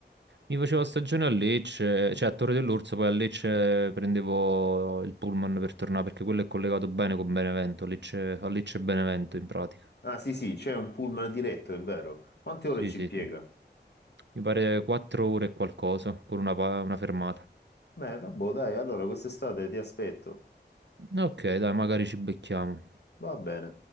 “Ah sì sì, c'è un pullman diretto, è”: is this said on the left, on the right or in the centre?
Left